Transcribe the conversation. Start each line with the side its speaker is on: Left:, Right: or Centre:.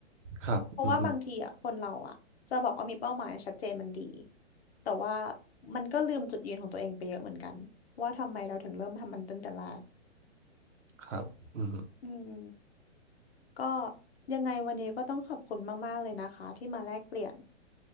Right: ครับอืมอืม
Left: เพราะว่าบางทีอ่ะคนเราอ่ะจะบอกว่ามีเป้าหมายชัดเจนมันดีแต่ว่ามันก็ลืมจุดยืนของตัวเองไปเยอะเหมือนกันว่าทำไมเราถึงเริ่มทำมันตั้งแต่แรก
Right: ครับอืมอืม
Left: อืมก็ยังไงวันนี้ก็ต้องขอบคุณมากๆเลยนะคะที่มาแลกเปลี่ยน